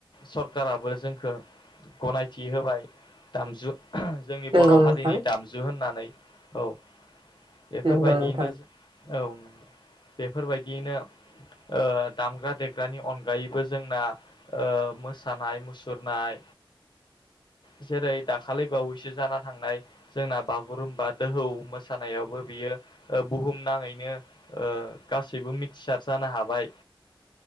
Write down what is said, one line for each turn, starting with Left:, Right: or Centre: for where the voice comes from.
Left: सरकाराबो जोंखो गनायथि होबाय दामजु जोंनि
Right: नंगौ
Left: बर'
Right: नोंथां
Left: हारिनि दामजु होननानै औ बेफोरबायदियैनो
Right: नंगौ नोंथां
Left: औ बेफोर बायदियै नो ओ दामग्रा देग्रानि अनगायैबो जोंना ओ मोसानाय मुसुरनाय जे-जेरै दाखालि बावैसो जाना थांनाय जोंना बागुरुम्बा दोहौ मो खा नायावबो बियो ओ बुहुम नांङैनो ओ गासैबो मिथिसार जानो हाबाय।